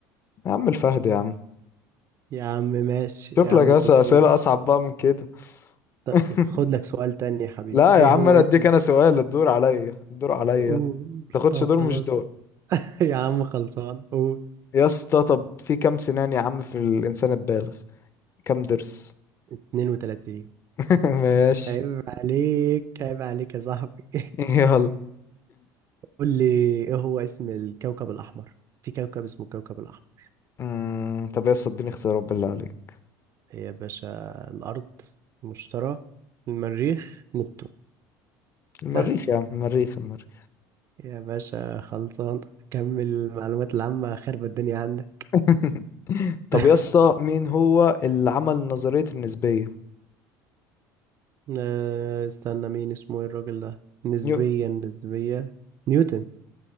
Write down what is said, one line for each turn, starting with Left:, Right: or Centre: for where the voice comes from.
Left: يا عم الفهد يا عم
Right: يا عم ماشي
Left: شوف
Right: يا
Left: لك
Right: عم
Left: يا
Right: الدكتور
Left: اسطى اسئله اصعب بقى من كده
Right: طب
Left: <laughs>
Right: خد لك سؤال تاني يا حبيبي
Left: لا
Right: ايه
Left: يا عم
Right: هو
Left: انا
Right: اسم
Left: اديك انا سؤال الدور عليا الدور عليا
Right: قول
Left: تاخدش
Right: طب
Left: دور مش
Right: خلاص
Left: دور
Right: <laughs> يا عم خلصان قول
Left: يا اسطى طب في كام سنان يا عم في الانسان البالغ كام ضرس
Right: 32
Left: <laughs> ماشي
Right: عيب عليك عيب عليك يا صاحبي
Left: يلا
Right: <laughs> قول لي ايه هو اسم الكوكب الأحمر في كوكب اسمه الكوكب الأحمر
Left: أمم، طب يا اسطى اديني اختيارات بالله عليك
Right: إيه يا باشا الأرض المشتري المريخ نبتون
Left: المريخ
Right: سهل
Left: يا عم المريخ المريخ
Right: يا باشا خلصان كمل المعلومات العامة خرب الدنيا عندك
Left: <laughs> طب
Right: <laughs>
Left: يا اسطى مين هو اللي عمل نظرية النسبية
Right: آه، استنى مين اسمه ايه الراجل ده نسبيا
Left: نيو
Right: نسبية نيوتن